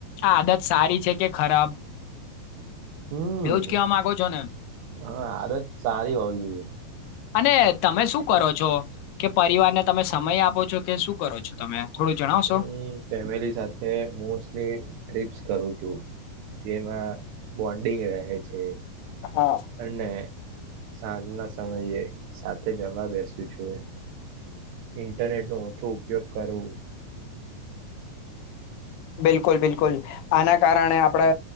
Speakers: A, on the left; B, on the right.
A: આ આદત સારી છે કે ખરાબ
B: હમ
A: એવું જ કેવા માંગો છો ને
B: હ આદત સારી હોવી જોઈએ
A: અને તમે શું કરો છો કે પરિવારને તમે સમય આપો છો કે શું કરો છો તમે થોડું જણાવશો?
B: હ ફેમિલી સાથે મોસ્ટલી ટિપ્સ કરું છું જેમાં બોન્ડિંગ રહે છે
A: હા
B: અનેને સાંજના સમયે સાથે જમવા બેસું છું ઇન્ટરનેટ નો ઓછો ઉપયોગ કરવું
A: બિલકુલ બિલકુલ આના કારણે આપડે